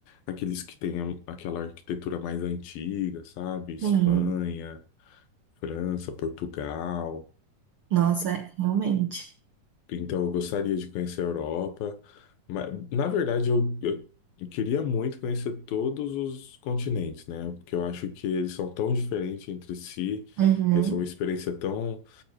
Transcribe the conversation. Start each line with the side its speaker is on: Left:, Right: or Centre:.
Left: aqueles que têm a- aquela arquitetura mais antiga, sabe? Espanha,
Right: Sim.
Left: França, Portugal.
Right: Nossa, realmente.
Left: Então, eu gostaria de conhecer a Europa. Mas, na verdade, eu, eu queria muito conhecer todos os continentes, né? Porque eu acho que eles são tão diferentes entre si,
Right: Uhum.
Left: e essa é uma experiência tão,